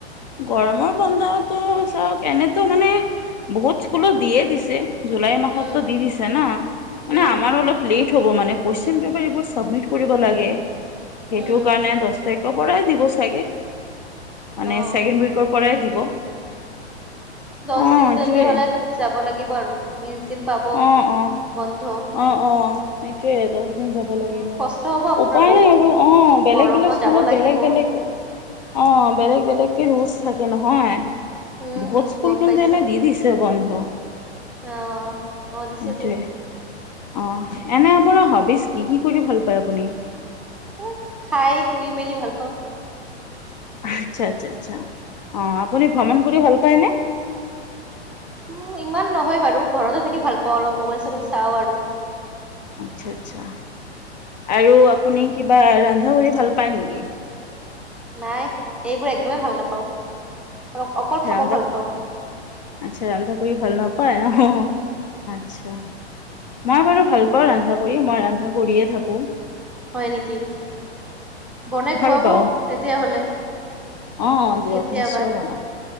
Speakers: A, on the left; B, in the centre.
A: গৰমৰ বন্ধতো চাওক এনেতো মানে বহুত স্কুলত দিয়ে দিছে। জুলাই মাহতো
B: উম
A: দি দিছে না মানে
B: উম
A: আমাৰো অলপ লেট হ'ব মানে কুৱেছন পেপাৰ এইবোৰ চাবমিট কৰিব লাগে, সেইটো
B: উম
A: কাৰণে <unintelligible> পৰাই দিব চাগে মানে
B: অ
A: ছেকেণ্ড উইকৰ পৰাই দিব।
B: দশ
A: অ
B: দিন
A: এইটোৱে
B: তেতি হ'লে যাব লাগিব আৰু বিশ দিন পাব।
A: অ অ
B: বন্ধ
A: অ', অ' <unintelligible> যাব লাগিব
B: উ কষ্ট হব আপোনাৰ
A: উপায়
B: বহুত
A: নাই আৰু অ', বেলেগ
B: গৰমত
A: বেলেগ স্কুলত
B: যাব লাগিব
A: বেলেগ বেলেগ অ', বেলেগ বেলেগকে ৰুলছ থাকে নহয়।
B: উম
A: বহুত
B: হম
A: স্কুল
B: গম
A: কিন্তু
B: পাইছো
A: এনেই দি দিছে বন্ধ।
B: অ', অ', দিছেটো।
A: সেইটোৱে অ', এনে আপোনাৰ হবিজ কি, কি কৰি ভাল পায় আপুনি?
B: সে খাই শুই মেলি ভাল পাওঁ।
A: আচ্ছা - আচ্ছা - আচ্ছা, অ, আপুনি ভ্ৰমণ কৰি ভাল পায়নে?
B: উম, ইমান নহয় বাৰু ঘৰতে থাকি ভাল পাওঁ অলপ মোবাইল চবাইল চাওঁ আৰু।
A: আচ্ছা, আচ্ছা, আৰু আপুনি কিবা ৰন্ধা কৰি ভাল পায় নেকি
B: নাই এইবোৰ একদমেই ভাল নাপাওঁ অকল খাব
A: ৰন্ধা
B: ভাল পাওঁ।
A: আচ্ছা ৰন্ধা কৰি ভাল নাপায় আহ আচছা মই বাৰু ভাল পাওঁ ৰন্ধা কৰি মই ৰন্ধা কৰিয়ে থাকো
B: হয়, নেকি বনাই
A: ভাল
B: খুৱাব
A: পাওঁ
B: তেতিয়াহলে।
A: অ', দিয়ক
B: কেতিয়াবা
A: নিশ্চয় বনাম